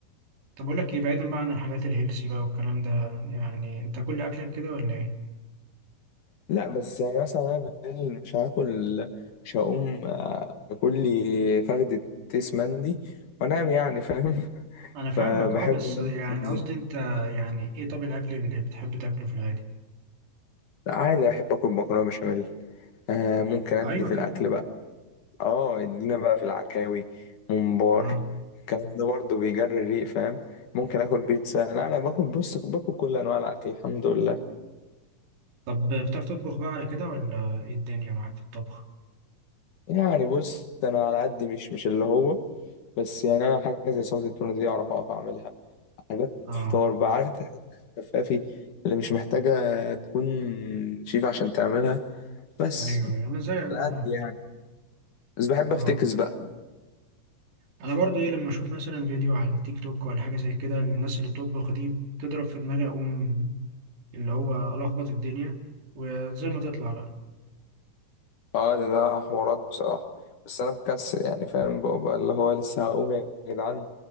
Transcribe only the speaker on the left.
لا بس يعني مثلا انا بالليل مش هاكل مش هقوم آه، اكل لي فخدة تيس مندي وانام يعني فاهم <laughs>
فبحب
ان
انا اكل خفيف
لا عادي بحب اكل مكرونه بشاميل آه ممكن ادي
في
الاكل بقى اه ادينا بقى في العكاوي ممبار
الكلام ده برضه بيجري الريق فاهم ممكن اكل بيتزا لا انا باكل بص باكل كل انواع الاكل الحمد لله
يعني بص انا على قد مش مش اللي هو بس يعني انا حاجه زي سلطه التونه دي اعرف اقف اعملها حاجات
فطار بقى عارف انت حاجات خفافي اللي مش محتاجة تكون شيف عشان تعملها بس
على
قد
يعني بس بحب
افتكس بقى
اه ده, ده حوارات بصراحة بس انا مكسل يعني فاهم بقى, بقى اللي هو لسه هقوم يا جدعان